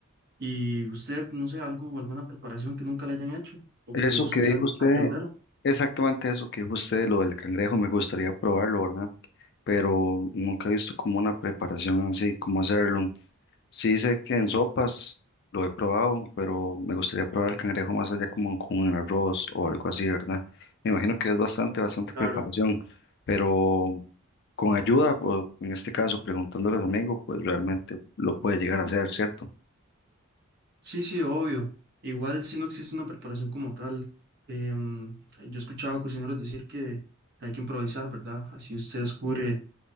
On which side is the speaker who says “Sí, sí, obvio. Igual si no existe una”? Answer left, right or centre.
Right